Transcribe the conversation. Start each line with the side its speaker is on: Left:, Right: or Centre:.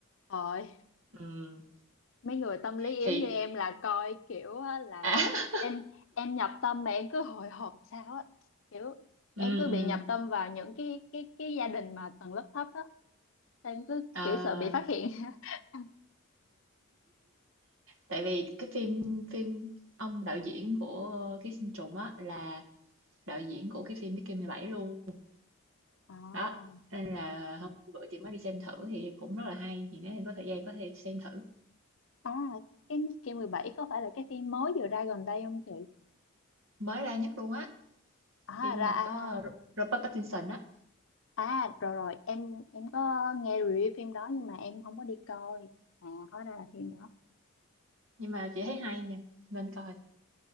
Left: Rồi,
Right: ừ.
Left: mấy người tâm lý yếu
Right: Thì,
Left: như em là coi kiểu á là
Right: à, <laughs>
Left: em em nhập tâm mà em cứ hồi hộp sao á, kiểu
Right: ừ,
Left: em cứ
Right: ừ.
Left: bị nhập tâm vào những cái cái cái gia đình mà tầng lớp thấp á, em cứ
Right: Ờ,
Left: kiểu sợ bị phát hiện. <laughs>
Right: tại vì cái phim, phim ông đạo diễn của Ký sinh trùng á là đạo diễn của cái phim Mickey mười bảy luôn.
Left: À,
Right: đó nên là hôm bữa chị mới đi xem thử thì cũng rất là hay thì nếu em có thời gian có thể xem thử
Left: à cái Miss 17 có phải là cái phim mới vừa ra gần đây không chị?
Right: mới ra nhất luôn á
Left: À
Right: phim
Left: ra
Right: mà có
Left: à
Right: Ro- Robert Pattinson á
Left: À rồi rồi em em có nghe review phim đó nhưng mà em không có đi coi à hóa ra là phim đó
Right: nhưng mà chị thấy hay nha nên coi